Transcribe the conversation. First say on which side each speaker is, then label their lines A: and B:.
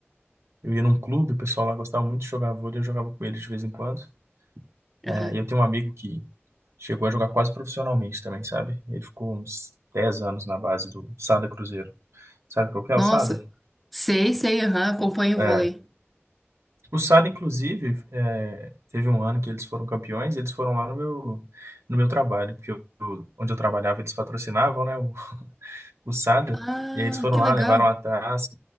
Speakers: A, on the right; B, in the centre.
A: Eu ia num clube, o pessoal lá gostava muito de jogar vôlei, eu jogava com eles de vez em quando. É,
B: Aham.
A: e eu tenho um amigo que, Chegou a jogar quase profissionalmente também, sabe? Ele ficou uns 10 anos na base do Sada Cruzeiro. Sabe qual que é
B: Nossa,
A: o Sada?
B: sei, sei, aham, acompanho
A: É.
B: o vôlei.
A: O Sada, inclusive, é, teve um ano que eles foram campeões, e eles foram lá no meu, no meu trabalho, porque eu- eu- onde eu trabalhava eles patrocinavam, né, o, o Sada,
B: Ah,
A: e aí eles foram
B: que
A: lá,
B: legal.
A: levaram a taça,